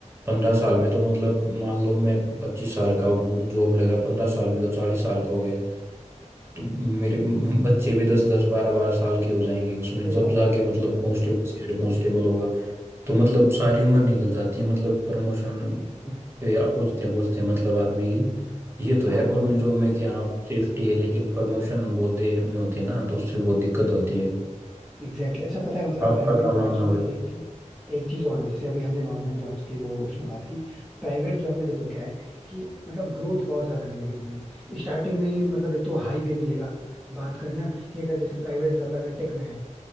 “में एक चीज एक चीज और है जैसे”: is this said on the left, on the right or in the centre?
Centre